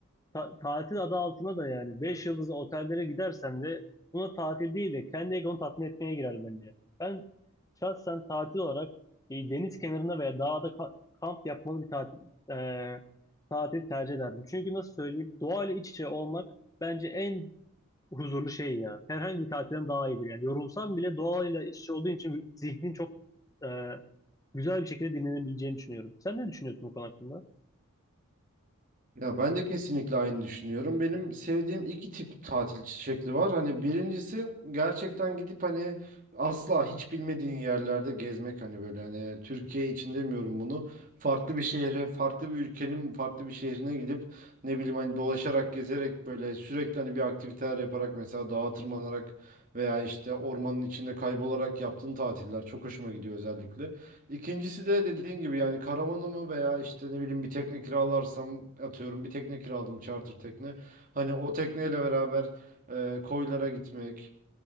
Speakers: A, on the left; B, on the right.
A: ta- tatil adı altına da yani 5 yıldızlı otellere gidersen de buna tatil değil de kendi egonu tatmin etmeye girer bence. Ben şahsen tatil olarak e, deniz kenarında veya dağda ka- kamp yapmalı bir tatil e, tatil tercih ederdim. Çünkü nasıl söyleyeyim, doğayla iç içe olmak bence en huzurlu şey ya. Herhangi bir tatilden daha iyidir yani. Yorulsam bile doğayla iç içe olduğun için zihnin çok e, güzel bir şekilde dinlenebileceğini düşünüyorum. Sen ne düşünüyorsun bu konu hakkında?
B: Ya ben de kesinlikle aynı düşünüyorum. Benim sevdiğim iki tip tatil şekli var. Hani birincisi gerçekten gidip hani asla hiç bilmediğin yerlerde gezmek hani böyle hani Türkiye için demiyorum bunu. Farklı bir şehre, farklı bir ülkenin farklı bir şehrine gidip ne bileyim hani dolaşarak, gezerek böyle sürekli hani bir aktiviteler yaparak mesela dağa tırmanarak veya işte ormanın içinde kaybolarak yaptığın tatiller çok hoşuma gidiyor özellikle. İkincisi de dediğin gibi yani karavanımı veya işte ne bileyim bir tekne kiralarsam atıyorum bir tekne kiraladım charter tekne. Hani o tekneyle beraber e, koylara gitmek